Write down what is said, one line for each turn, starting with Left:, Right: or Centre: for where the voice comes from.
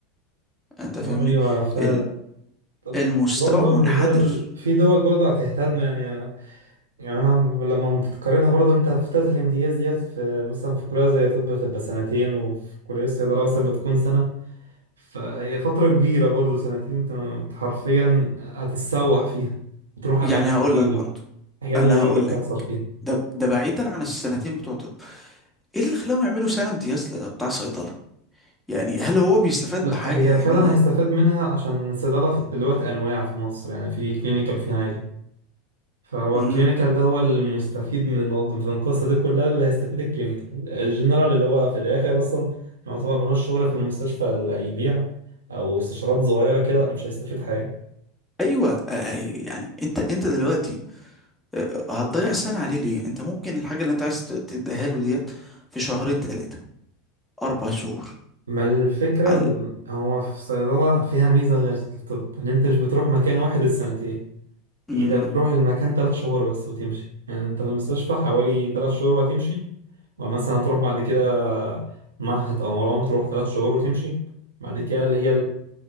Centre: انت فاهمني
Right: ايوه فعلا
Centre: ال-
Right: طب
Centre: المستوى
Right: برضه
Centre: منحدر
Right: اللي هي ال- في دول برضه هتهتم يعني يعني انا لما بتقارنها برضه انت فترة الامتياز ديت في مثلا في كلية زي طب بتبقى سنتين وفي كلية الصيدلة مثلا بتكون سنة فهي فترة كبيرة برضه سنتين انت أنت حرفيا هتتسوح فيها بتروح اماكن
Centre: يعني هقول
Right: جديدة
Centre: لك برضو
Right: حاجات
Centre: انا
Right: غريبة
Centre: هقول
Right: بتحصل
Centre: لك
Right: فيها
Centre: ده ده بعيدا عن السنتين بتوع طب ايه اللي خلاهم يعملوا سنة امتياز ل- بتاع صيدلة يعني هل هو بيستفاد
Right: لا
Centre: بحاجة
Right: هي
Centre: يعني
Right: فعلا هيستفاد منها عشان الصيدلة في- دلوقتي انواع في مصر يعني في كلينيكال وفي عادي فهو
Centre: امم
Right: الكلينيكال ده هو المستفيد من الموضوع من القصة دي كلها اللي هيستفيد الكلينيكال الجنرال اللي هو في الآخر أصلا يعني طبعا ملوش شغل في المستشفى اللي يبيع أو استشارات صغيرة كده مش هيستفيد حاجة
Centre: ايوه آه، آه، يعني انت انت دلوقتي آه، آه، هتضيع سنة عليه ليه انت ممكن الحاجة اللي انت عايز ت- تديها له ديت في شهرين ثلاثة اربع شهور
Right: ما الفكرة
Centre: على
Right: ال- هو في صيدلة فيها ميزة غير الطب إن أنت مش بتروح مكان واحد السنتين
Centre: امم
Right: يعني أنت بتروح المكان تلات شهور بس وتمشي يعني أنت في المستشفى حوالي تلات شهور وهتمشي ومثلا هتروح بعد كده معهد أو مرام تروح تلات شهور وتمشي بعد كده اللي هي